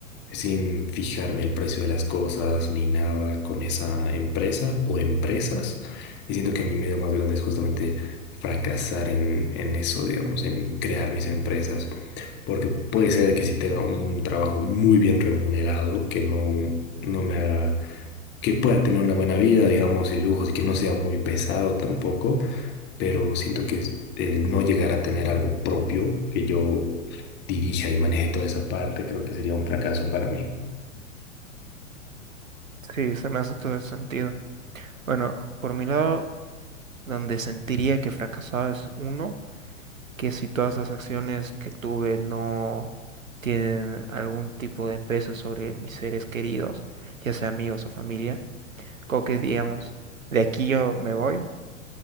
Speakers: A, on the left (about 25°); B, on the right (about 80°).
A: sin fijarme el precio de las cosas ni nada con esa empresa o empresas. Y siento que mi miedo más grande es justamente fracasar en, en eso, digamos, en crear mis empresas porque puede ser que sí tenga un trabajo muy bien remunerado, que no, no me haga, que pueda tener una buena vida, digamos, y lujos, y que no sea muy pesado tampoco, pero siento que es- el no llegar a tener algo propio, que yo dirija y maneje toda esa parte, creo que sería un fracaso para mí.
B: Sí, se me hace todo el sentido. Bueno, por mi lado, donde sentiría que fracasaba es uno. que si todas las acciones que tuve no tienen algún tipo de peso sobre mis seres queridos, ya sea amigos o familia, como que digamos, de aquí yo me voy